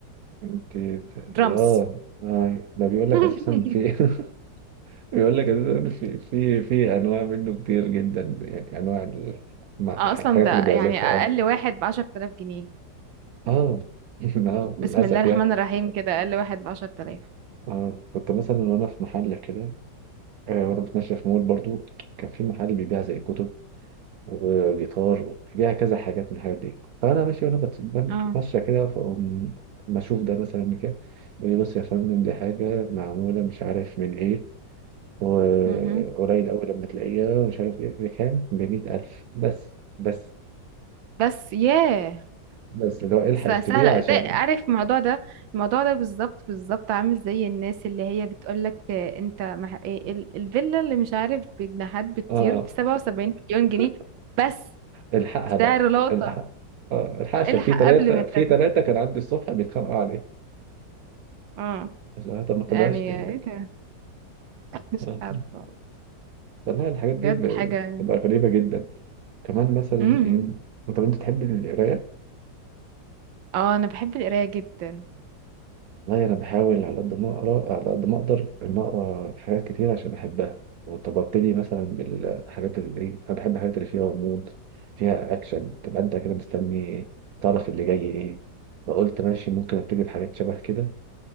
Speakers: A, on the right; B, on the right.
A: انت
B: درامز
A: اه آه، ده بيقول لك
B: <laughs>
A: اساسا في <laughs> بيقول لك اساسا في في في انواع منه كتير جدا يعني انواع ال- مع
B: اه
A: الح-
B: اصلا
A: الحاجات
B: ده
A: اللي بيعزفها
B: يعني اقل
A: اه
B: واحد بعشرة آلاف جنيه
A: اه <laughs> آه،
B: بسم
A: للاسف
B: الله الرحمن
A: يعني.
B: الرحيم كده اقل واحد بعشرة آلاف
A: اه كنت مثلا وانا في محل كده آه، وانا بتمشى في مول برضو كان في محل بيبيع زي كتب وجيتار وبيبيع كذا حاجات من الحاجات دي فانا ماشي وانا بت- بتمشى
B: اه
A: كده فأقوم ما اشوف ده مثلا كده يقول لي بص يا فندم دي حاجه معموله مش عارف من ايه وقليل
B: مهم.
A: قوي لما تلاقيها مش عارف ايه بكام ب 100000 بس بس
B: بس ياه
A: بس اللي هو الحق
B: س-
A: اشتريها
B: سهلة
A: عشان
B: زي عارف الموضوع ده الموضوع ده بالظبط بالظبط عامل زي الناس اللي هي بتقولك آه، انت مح... إيه ال- الفيلا اللي مش عارف بجناحات بتطير
A: اه
B: بسبعة وسبعين مليون جنيه
A: <laughs>
B: بس
A: الحقها بقى
B: سعر لقطة
A: الحقها آه، الحقها عشان
B: الحق
A: في ثلاثة
B: قبل ما تت...
A: في ثلاثة كان عندي الصبح بيتخانقوا عليه
B: اه
A: عشان أنا ما خدهاش
B: يعني
A: لي يعني
B: ايه ده <laughs> مش
A: آه.
B: عارفة
A: والله الحاجات
B: بجد
A: دي ب-
B: حاجة
A: بتبقى غريبة جدا كمان مثلا
B: مم.
A: إيه طب أنت تحب القراية؟
B: اه انا بحب القراية جدا
A: والله أنا بحاول على قد ما أقرأ على قد ما أقدر إن أقرأ حاجات كتير عشان أحبها وطب أبتدي مثلا بالحاجات اللي إيه أنا بحب الحاجات اللي فيها غموض فيها أكشن تبقى أنت كده مستني تعرف اللي جاي إيه فقلت ماشي ممكن أبتدي بحاجات شبه كده